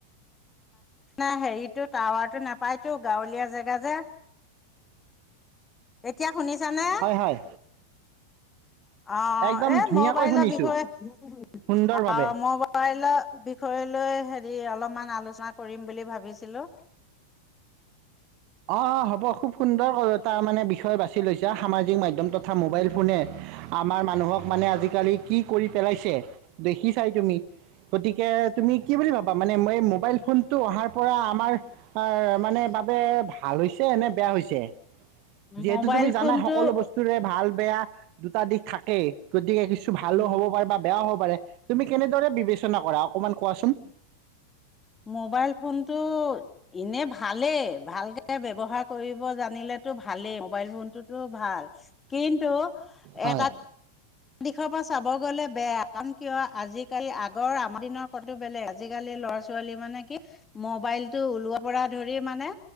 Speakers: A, on the left; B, on the right.
A: নাই হেৰিটো টাৱাৰটো নাপায়তো গাঁৱলীয়া জেগা যে এতিয়া। শুনিছানে
B: হয় হয়
A: অ
B: একদম
A: এই
B: ধুনীয়াকৈ
A: ম'বাইল
B: শুনিছো
A: বিষয়ে
B: সুন্দৰভাৱে
A: ম'বাইল বিষয়ে লৈ হেৰি অলপমান আলো চনা কৰিম বুলি ভাবিছিলো
B: অ হ'ব খুব সুন্দৰকৈ এটা মানে বিষয় বাছি লৈছা সামাজিক মাধ্যম তথা মোবাইল ফোনে আমাৰ মানুহক মানে আজিকালি কি কৰি পেলাইছে। দেখি চাই তুমি গতিকে তুমি কি বুলি ভাবা মানে এই মোবাইল ফোনটো অহাৰ পৰা আমাৰ মানে বাবে ভাল হৈছে নে বেয়া হৈছে যিহেতু
A: মোবাইল
B: তুমি জানাই
A: ফোনটো
B: সকলো বস্তুৰে ভাল বেয়া দুটা দিশ থাকে গতিকে কি কিছু ভালো
A: উম
B: হ'ব পাৰে বেয়াও হ'ব পাৰে তুমি কেনেদৰে বিবেচনা কৰা অকণমান কোৱাচোন
A: মোবাইল ফোনটো এনে ভালেই ভালকে ব্যৱহাৰ কৰিব জানিলেতো ভালেই মোবাইল ফোনটোতো ভাল কিন্তু
B: হয়
A: এটা এক দিশৰ পৰা চাব গলে বেয়া কাৰণ কিয় আজিকালি আগৰ আমাৰ দিনৰ ফোনতো বেলেগ আজিকালি লৰা ছোৱালী মানে কি মবাইলতটো ওলোৱাৰ পৰা ধৰি মানে